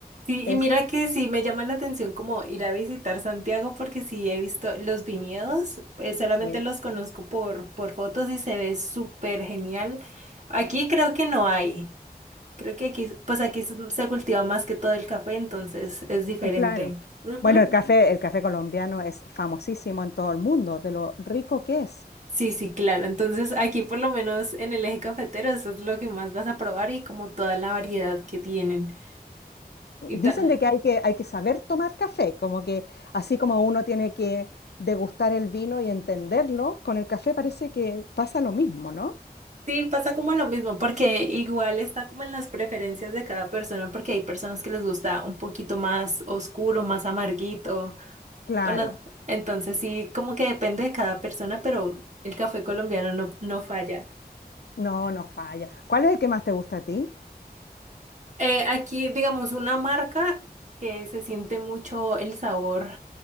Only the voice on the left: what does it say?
Es,
sí,
Eh, Claro.
Bueno, el café, el café colombiano es famosísimo en todo el mundo, de lo rico que es.
Dicen
de que hay que, hay que saber tomar café, como que así como uno tiene que degustar el vino y entenderlo, con el café parece que pasa lo mismo, ¿no?
Claro,
no, no falla. ¿Cuál es el que más te gusta a ti?